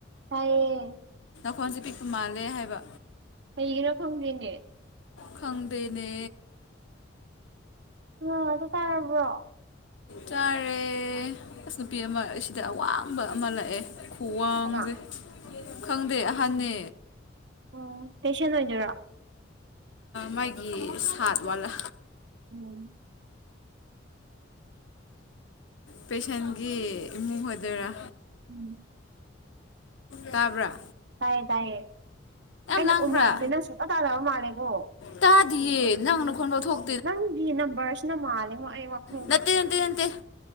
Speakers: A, on the right; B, on the left.
A: ꯇꯌꯦ
B: ꯈꯣꯟꯁꯦ ꯄꯤꯛꯄ ꯃꯥꯜꯂꯦ ꯍꯥꯏꯕ
A: ꯍꯩꯔ ꯐꯪꯒꯤꯅꯦ
B: ꯈꯪꯗꯦꯅꯦ
A: ꯑꯣꯗ ꯀꯥ ꯑꯣꯏꯔꯕ꯭ꯔꯣ
B: ꯆꯥꯔꯦ ꯑꯁ ꯅꯨꯄꯤ ꯑꯃ ꯁꯤꯗ ꯑꯋꯥꯡꯕ ꯑꯃ ꯂꯛꯑꯦ ꯈꯨꯋꯥꯡꯁꯦ
A: ꯀꯅꯥ
B: ꯈꯪꯗꯦ ꯑꯍꯟꯅ
A: ꯑꯣ ꯇꯁꯤꯅ ꯍꯥꯏꯖꯣꯣꯔꯣ
B: ꯃꯥꯒꯤ ꯁꯥꯠ ꯋꯥꯂꯥ
A: ꯎꯝ
B: ꯄꯦꯁꯦꯟꯒꯤ ꯏꯃꯨꯡ ꯑꯣꯏꯗꯣꯏꯔꯥ
A: ꯎꯝ
B: ꯇꯥꯕ꯭ꯔ
A: ꯇꯥꯏꯌꯦ ꯇꯥꯏꯌꯦ ꯑꯩꯅ
B: ꯂꯥꯡꯕ꯭ꯔꯥ
A: ꯎꯝ ꯍꯥꯏꯕꯁꯤ ꯅꯪ ꯁꯨꯡꯛꯇ ꯇꯥꯗꯕ ꯃꯥꯜꯂꯦꯀꯣ
B: ꯇꯥꯗꯤꯌꯦ ꯅꯪꯅ ꯈꯣꯟꯕ ꯊ ꯊꯣꯛ
A: ꯅꯪꯒꯤ ꯅ ꯔꯁꯅ ꯃꯥꯜꯜꯂꯤꯦꯉꯣ ꯑꯩ ꯋꯥꯈꯜꯗ
B: ꯅꯠꯇꯦ ꯅꯠꯇꯦ ꯅꯇꯦ